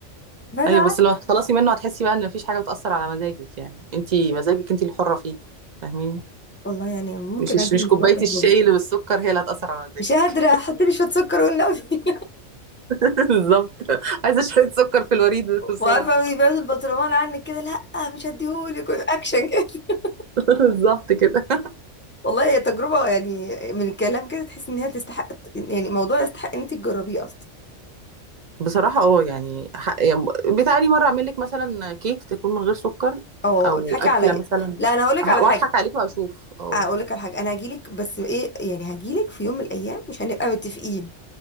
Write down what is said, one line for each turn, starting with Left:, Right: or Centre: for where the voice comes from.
Left: بدع
Right: ايوه بس لما تخلصي منه هتحسي بقى ان مفيش حاجة بتأثر على مزاجك يعني انت مزاجك انت الحرة فيه فاهمين
Left: والله يعني ممكن
Right: مش
Left: ادي
Right: مش
Left: الموضوع
Right: كوباية
Left: تجربه
Right: الشاي اللي بالسكر هي اللي هتأثر على مزاجك
Left: مش قادره حطيلي شويه سكر والنبي
Right: <laughs> بالظبط عايزه شويه سكر في الوريد بسرعه
Left: وعارفه بيبعد البطرمان عنك كده لا مش هديهولك اكشن كده
Right: <laughs> بالظبط كده
Left: <laughs> والله هي تجربه يعني من الكلام كده تحس ان هي تستحق يعني موضوع يستحق ان انت تجربيه اصلا
Right: بصراحه اه يعني ح- يعني بتعالي مره اعمل لك مثلا كيك تكون من غير سكر
Left: اه
Right: او
Left: اضحكي
Right: اكله
Left: عليا
Right: مثلا
Left: لا انا هقولك
Right: ه-
Left: على
Right: واضحك
Left: حاجه
Right: عليك واشوف اه
Left: هقولك على حاجه انا هجيلك بس ايه يعني هجيلك في يوم من الايام مش هنبقى متفقين